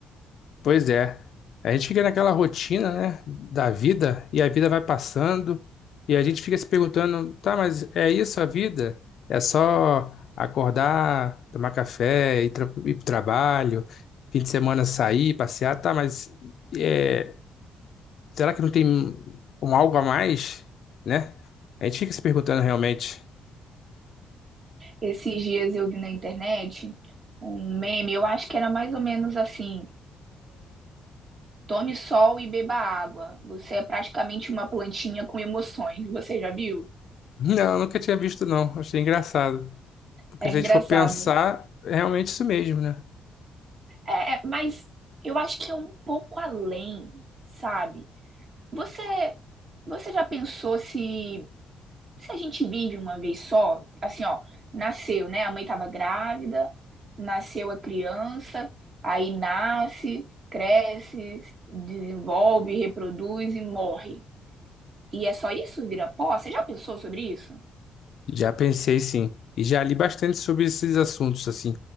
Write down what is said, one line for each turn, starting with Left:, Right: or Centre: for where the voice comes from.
Left: Pois é. A gente fica naquela rotina, né, da vida, e a vida vai passando, e a gente fica se perguntando, tá, mas é isso a vida? É só acordar, tomar café, ir, tra ir pro trabalho, fim de semana sair, passear, tá, mas é, será que não tem um algo a mais, né? A gente fica se perguntando realmente.
Right: Esses dias eu vi na internet um meme, eu acho que era mais ou menos assim. Tome sol e beba água. Você é praticamente uma plantinha com emoções. Você já viu?
Left: <laughs> Não, nunca tinha visto, não. Achei engraçado. Porque
Right: É
Left: se
Right: engraçado.
Left: a gente for pensar, é realmente isso mesmo, né?
Right: É, é, mas eu acho que é um pouco além, sabe? Você, você já pensou se, se a gente vive uma vez só? Assim, ó, nasceu, né? A mãe estava grávida, nasceu a criança, aí nasce, cresce, desenvolve, reproduz e morre. E é só isso, vira pó? Você já pensou sobre isso?
Left: Já pensei sim. E já li bastante sobre esses assuntos, assim.